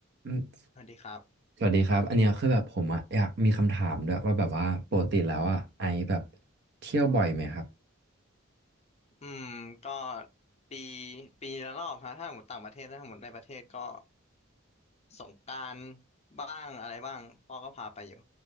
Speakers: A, on the right; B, on the left.
A: อืม
B: สวัสดีครับ
A: สวัสดีครับอันเนี้ยคือแบบผมอะอยากมีคำถามด้วยว่าแบบว่าปกติแล้วอะไอแบบเที่ยวบ่อยไหมครับ
B: อืมก็ปี ปีละรอบฮะถ้าหมดต่างประเทศถ้าหมดในประเทศก็สงกรานต์บ้างอะไรบ้างพ่อก็พาไปอยู่